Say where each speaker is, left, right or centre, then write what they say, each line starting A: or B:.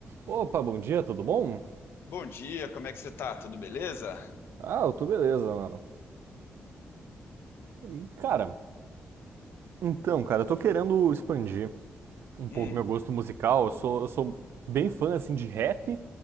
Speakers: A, on the right; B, on the left.
A: Opa, bom dia, tudo bom?
B: Bom dia, como é que você tá? Tudo beleza?
A: Ah, eu tô beleza, mano. E, cara, então, cara, eu tô querendo expandir um pouco
B: Hum,
A: meu gosto musical. Eu sou, eu sou bem fã, assim, de rap,